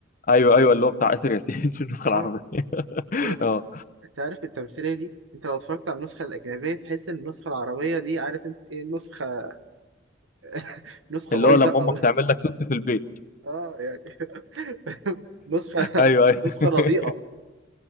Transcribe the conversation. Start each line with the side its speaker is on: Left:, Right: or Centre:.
Left: ايوه ايوه اللي هو بتاع آسر ياسين <laughs> في النسخة
Right: آه
Left: العربية <laughs>
Right: دول
Left: اه
Right: أنت عارف التمثيلية دي أنت لو اتفرجت على النسخة الأجنبية تحس إن النسخة العربية دي عارف أنت إيه نسخة <laughs> نسخة
Left: اللي
Right: بايظة
Left: هو لما امك
Right: أو
Left: تعمل لك سوتس في البيت
Right: اه يعني <laughs> نسخة
Left: ايوه ايوه <laughs>
Right: نسخة رديئة